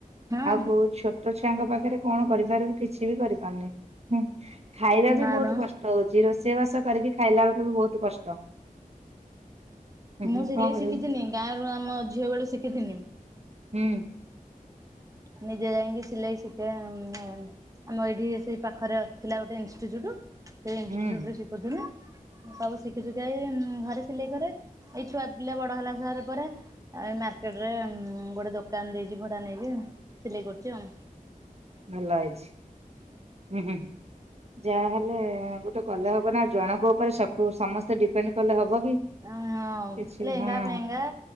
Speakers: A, on the right; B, on the right.
A: ହଁ
B: ଆଉ କୋଉ ଛୋଟ ଛୁଆଙ୍କ ପାଖରେ କଣ କରିପାରିବୁ କିଛି ବି କରିପାରୁନି, ହୁଁ। ଖାଇବା
A: ମ୍ୟାଡ଼ାମ
B: ବି ବହୁତ କଷ୍ଟ ହଉଚି, ରୋଷେଇବାସ କରିକି ଖାଇଲା ବେଳକୁ ବି ବହୁତ କଷ୍ଟ। ହୁଁ
A: ମୁଁ
B: ହୁଁ
A: ସିଲେଇ
B: କଣ କରିବୁ
A: ଶିଖିଥିନି ଗାଁରୁ ଆମ ଝିଅ ବେଳୁ ଶିଖିିଥିନି।
B: ହୁଁ।
A: ନିଜେ ଯାଇକି ସିଲେଇ ଶିଖେ ଉମ୍- ଉମ୍ ଆମ ଏଇଠି ସେଇ ପାଖରେ ଥିଲା ଗୋଟେ ଇନଷ୍ଟଚ୍ୟୁଟ୍, ସେଇ ଇନଷ୍ଟଚ୍ୟୁଟରେ
B: ହୁଁ
A: ଶିଖୁଥିନି। ସବୁ ଶିଖୁଶିଖାକି ଘରେ ସିଲେଇ କରେ ଏଇ ଛୁଆ ପିଲା ବଡ଼ ହେଲା ପରେ ପରେ ଆଉ ଏ ମାର୍କେଟରେ-ଏ-ଏ ଗୋଟେ ଦୋକାନ ଦେଇଚି ଭଡ଼ା ନେଇକି, ସିଲେଇ କରୁଚି ଆଉ।
B: ଭଲ ହେଇଛି, ଉଁହୁଁ ଯାହାହେଲେ ଗୋଟେ କଲେ ହବ ନା, ଆଉ ଜଣଙ୍କ ଉପରେ ସବୁ ସମସ୍ତେ ଡିପେଣ୍ଡ କଲେ ହବ କି।
A: ହଁଅ-ଅ
B: କିଛି
A: ଲେହେଙ୍ଗା
B: ହଁ
A: ଫେହେଙ୍ଗା